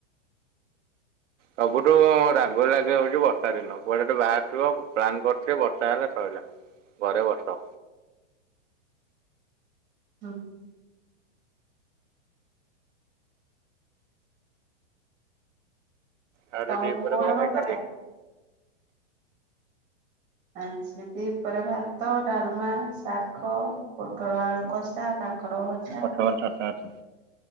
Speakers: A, on the right; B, on the right.
A: ସବୁଠୁ ରାଗ ଲାଗେ ହଉଛି ବର୍ଷା ଦିନ କୁଆଡେ ଗୋଟେ ବାହାରିଥିବ ପ୍ଲାନ କରିଥିବ ବର୍ଷା ହେଲା ସଇଲା। ଘରେ ବସ।
B: ହୁଁ।
A: ଆହୁରି
B: ତମକୁ
A: ଦିପହରେ
B: କୋଉଟା
A: କଣ ଖାଇଛନ୍ତି?
B: ଭଲ ଲାଗେ? ଆଜି ଦି ପହରେ ଭାତ, ଡାଲମା, ଶାଗ। ପୋଟଳ ଆଳୁ କଷା, କାଙ୍କଡ଼ ଭ
A: ଟର୍ଚ୍ଚ ଟର୍ଚ୍ଚ